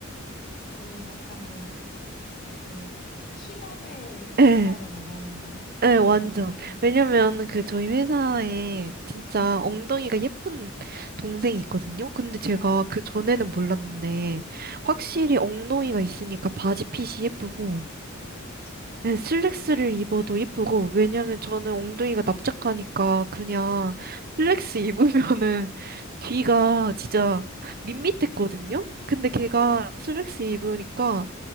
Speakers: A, on the left; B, on the right.
A: 아니, 약간 너네, 그, 힙업의
B: 예.
A: 효과를 원하는 거야?
B: 네,
A: 아,
B: 완전. 왜냐면 그 저희 회사에 진짜
A: 응, 응.
B: 엉덩이가 예쁜 동생이 있거든요. 근데 제가
A: 어. 어.
B: 그 전에는 몰랐는데 확실히
A: 응, 응.
B: 엉덩이가 있으니까 바지 핏이 예쁘고
A: 아, 그치, 그치.
B: 네, 슬랙스를 입어도 예쁘고 왜냐면
A: 응,
B: 저는 엉덩이가 납작하니까 그냥 슬랙스 입으면은 <laughs> 뒤가 진짜 밋밋했거든요.
A: 어,
B: 근데 걔가
A: 어, 어.
B: 슬랙스 입으니까